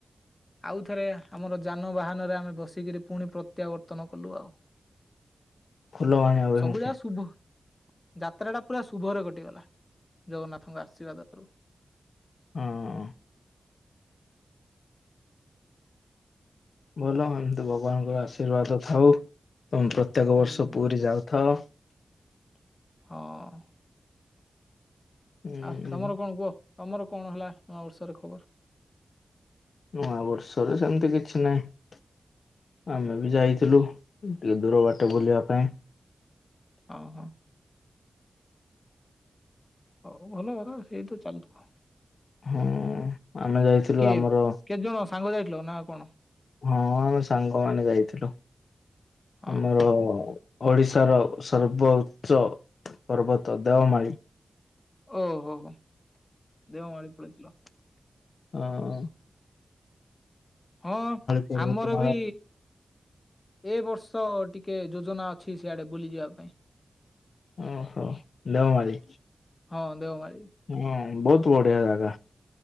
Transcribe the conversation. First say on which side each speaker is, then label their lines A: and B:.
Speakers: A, on the left; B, on the left.
A: ଆଉ ଥରେ ଆମର ଯାନବାହାନ ରେ ଆମେ ବସିକିରି ପୁଣି ପ୍ରତ୍ୟାବର୍ତ୍ତନ କଲୁ ଆଉ।
B: <unintelligible> ଫୁଲବାଣୀ ଗଲୁ
A: ସବୁ
B: <unintelligible>
A: ଯାକ ଶୁଭ ଯାତ୍ରା ଟା ପୁରା ଶୁଭରେ କଟିଗଲା ଜଗନ୍ନାଥଙ୍କ ଆଶୀର୍ବାଦରୁ।
B: ହଁ। ଭଲ ଏମତି ଭଗବାନଙ୍କର ଆଶୀର୍ବାଦ ଥାଉ। ତୋମେ ପ୍ରତ୍ୟେକ
A: ହୁଁ
B: ବର୍ଷ ପୁରୀ ଯାଉଥାଅ।
A: ହଁ।
B: ଉଁ
A: ଆଃ ତୋମର କଣ କୁହ? ତୋମର କଣ ହେଲା ନୂଆ ବର୍ଷରେ ଖବର?
B: ନୂଆବର୍ଷରେ ସେମିତି କିଛି ନାହିଁ। ଆମେ ବି ଯାଇଥିଲୁ ଟିକେ ଦୂର ବାଟେ ବୁଲିବା ପାଇଁ।
A: ଓ ହୋ। ହଉ ଭଲ କଥା ସେଇ ତ ଚାଲୁଥୁବ।
B: ହଁ ଆମେ ଯାଇଥିଲୁ
A: କିଏ
B: ଆମର
A: କେତେ ଜଣ ସାଙ୍ଗ ଯାଇଥିଲ ନା କଣ
B: ହଁ ଆମେ ସାଙ୍ଗମାନେ ଯାଇଥିଲୁ।
A: ହଁ
B: ଆମର ଓଡ଼ିଶାର ସର୍ବ ଉଚ୍ଚ ପର୍ବତ ଦେଓମାଳୀ।
A: ଓ ହୋ ହୋ ଦେଓମାଳୀ ପଳେଇଥିଲ।
B: ହଁ।
A: ହଁ
B: ପର୍ବତମାଳା
A: ଆମର ବି ଏ ବର୍ଷ ଟି କେ ଯୋଜନା ଅଛି ସିଆଡେ ବୁଲିଯିବା ପାଇଁ।
B: ଓହୋ ଦେଓ ମାଳି।
A: ହଁ ଦେଓ ମାଳି।
B: ହଁ ବହୁତୁ ବଢିଆ ଜାଗା।